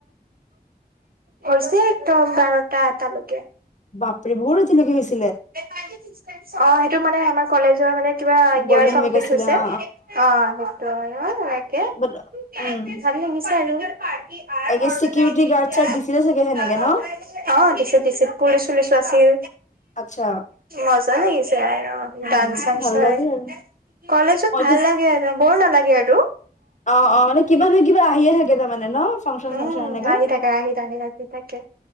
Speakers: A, on the right; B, on the left.
A: হৈছে একদম বাৰটা এটালৈকে।
B: বাপ ৰে বহুত ৰাতি লৈকে হৈছিল
A: অ সেইটো মানে আাৰ কলেজৰ মানে কিবা ইয়ে
B: গল্ডেন
A: কমপ্লিত
B: উইক আছিলে
A: হৈছে।
B: অ
A: অ' সেইটো মানে এনেকে
B: বাট উম
A: ভাল লাগিছে আৰু এবাৰ
B: আইগেছ
A: ঘৰ
B: চিকিউৰিটি
A: বনাই দিগদাৰ
B: গাৰ্ড চাৰ্ড দিছিলে চাগে সেনেকে ন
A: অ' দিছো। দিছো পুলিচ চুলিচো আছিল।
B: আচ্ছা
A: মজা নেকি
B: উম
A: ডানস চানস
B: ভাল
A: হয়
B: লাগে আৰু
A: কলেজত
B: মইতো
A: ভাল লাগে আৰু বৰ নালাগে আৰু
B: অ, অ মানে কিবা নহয় কিবা আহিয়ে থাকে তাৰমানে ন ফাংচন
A: উম
B: চাংচন এনেকে
A: আহি থাকে আহি থাকে আহি থাকে